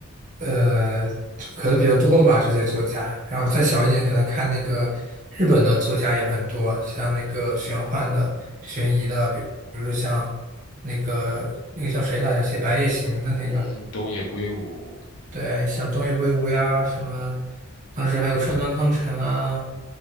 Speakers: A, on the right; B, on the left.
A: 呃，可能比较多吧这些作家。然后再小一点，可能看那个日本的作家也很多，像那个玄幻的、悬疑的，比如说像那个那个叫谁来着，写《白夜行》的那个，
B: 嗯，东野圭吾，
A: 对，像东野圭吾呀什么，当时还有川端康成啊，